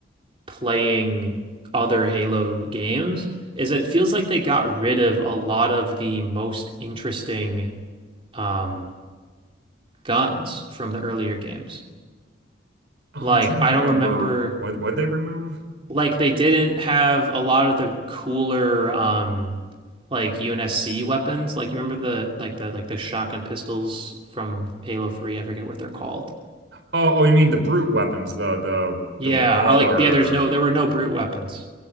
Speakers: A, on the right (about 30°); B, on the right (about 65°).
A: playing other Halo games is that it feels like they got rid of a lot of the most interesting um guns from the earlier games.
B: I'm
A: Like
B: trying to
A: I
B: remember
A: don't remember
B: what what they remove.
A: like they didn't have a lot of the cooler um like UNSC weapons. Like you remember the like the like the shotgun pistols from Halo 3, I forget what they're called.
B: Oh, oh, you mean the brute weapons, the the
A: Yeah,
B: the Mauler.
A: or like yeah, there's no there were no brute weapons.